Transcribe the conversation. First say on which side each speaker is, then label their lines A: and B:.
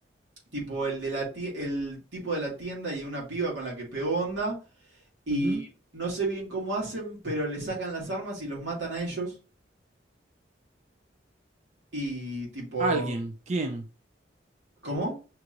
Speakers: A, on the right (about 80°); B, on the right (about 35°).
A: tipo el, de la el tipo de la tienda y una piba con la que pegó onda y
B: ujú.
A: no sé bien cómo hacen, pero le sacan las armas y los matan a ellos. Y tipo,
B: Alguien, ¿quién?
A: ¿cómo?